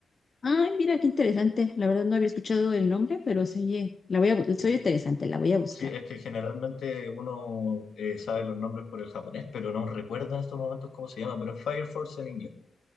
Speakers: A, on the left; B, on the left.
A: Ay, mira, qué interesante. La verdad no había escuchado el nombre, pero se oye, la voy a, bu- se
B: Es
A: oye
B: que,
A: interesante, la voy a buscar.
B: sí, es que generalmente uno eh, sabe los nombres por el japonés, pero no recuerda en estos momentos cómo se llama, pero es Fire Force en inglés.